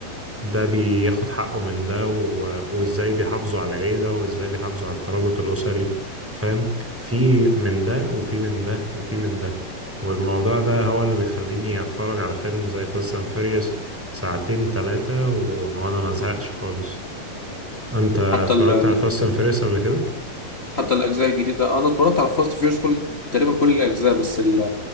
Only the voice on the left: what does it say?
حتى ال ال-
حتى الاجزاء الجديدة انا اتفرجت على فاست فيورس كل تقريبا كل الاجزاء بس انا